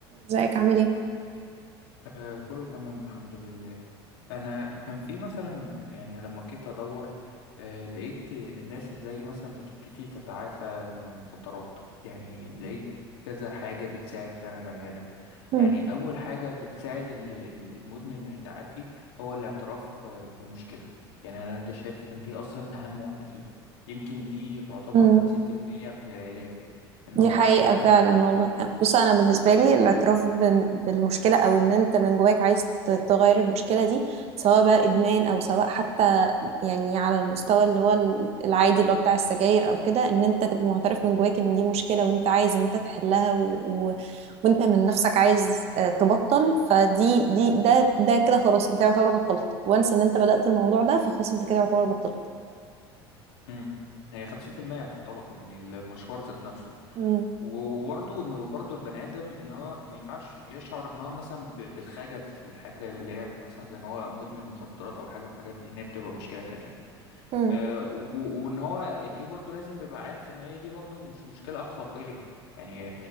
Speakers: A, on the right (about 50°); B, on the left (about 75°).
A: ازيك عامل ايه
B: آه كله تمام الحمد لله انا كان في مثلا يعني لما جيت ادور آه لقيت الناس ازاي مثلا بتبتدي تتعافى من المخدرات يعني لقيت كذا حاجة بتساعد فعلا البني آدم
A: مم.
B: يعني أول حاجة بتساعد ال- ال- المدمن من التعافي هو الاعتراف آه، بالمشكلة يعني أنا ده شايف إن دي أصلا أهم واحدة فيهم يمكن دي تعتبر
A: مم.
B: خمسين في المية من العلاج إن
A: دي
B: هو
A: حقيقة
B: اعترف
A: فعلا
B: بمشكلته
A: والله بص أنا بالنسبة لي الاعتراف بن- بالمشكلة أو إن أنت من جواك عايز ت- تغير المشكلة دي سواء بقى إدمان أو سواء حتى يعني على المستوى اللي هو ال- العادي اللي هو بتاع السجاير أو كده إن أنت تبقى معترف من جواك إن دي مشكلة وأنت عايز إن أنت تحلها و... و... وأنت من نفسك عايز آه، تبطل فدي دي ده ده كده خلاص أنت يعتبر بطلت وانس إن أنت بدأت الموضوع ده فخلاص أنت كده يعتبر بطلت
B: مم. هي خمسين في المية تعتبر من المشوار ذات نفسه
A: مم.
B: وبرضه انه برضه البني ادم ان هو ما ينفعش يشعر ان هو مثلا ب- بالخجل في الحاجه اللي هي مثلا زي ان هو مدمن مخدرات او حاجه من الحاجات دي ان هي بتبقى مشكله تانية
A: مم.
B: أه و- وان هو دي برضه لازم يبقى عارف ان هي دي برضه مش مشكله اخلاقيه يعني